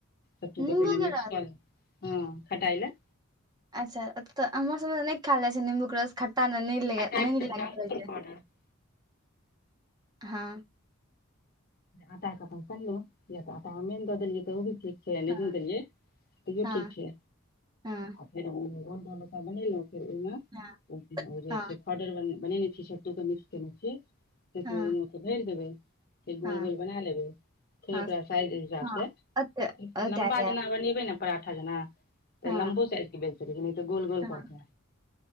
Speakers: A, on the left; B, on the right.
A: सत्तूके
B: निम्बू
A: पहिने
B: के
A: मिक्स
B: रस
A: कऽ ले हँ खटाइ ल
B: अच्छा तऽ हमहर सबमे त नै खायल जाइ छै निम्बू के रस खट्टा ने न लागैत
A: खटाइ मे कनिटा अमचूर
B: रहै छै
A: पाउडर
B: हँ
A: आटा तनलहु य तऽ आटा मेन दऽ देलियै तऽ ओ भी छै छैनी
B: हँ
A: शकरे तो
B: हँ
A: ठीक छै
B: हँ
A: फेर गोल डोलका बनेलहुँ फेर ओहिमे
B: हँ
A: हो जाइ
B: हँ
A: छै <unintelligible> ऑर्डर बनेने छियै सत्तू के मिक्स केने छियै त
B: हँ
A: फर भइर देबै फेर गोल
B: हँ
A: गोल बना लेबै फेर
B: हँ
A: ओकरा साइज हिसाब
B: हँ
A: से
B: ओते ओते
A: लम्बा
B: गायब
A: जेना बनेबै न पराठा जेना तऽ
B: हँ
A: लम्बो साइज के बेचतैऽ गोल गोल
B: हँ
A: कऽ के